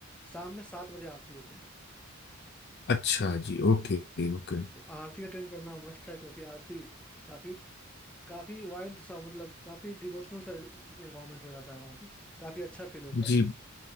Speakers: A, in the centre; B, on the left.
A: शाम में सात बजे आरती होती है
B: अच्छा जी Okay okay
A: तो आरती अटेंड करना मस्ट है क्योंकि आरती काफी काफी वाइंड सा मतलब काफी डिवोशनल सा इन्वायरमेंट हो जाता है वहाँ पे काफी अच्छा फील होता
B: जी
A: है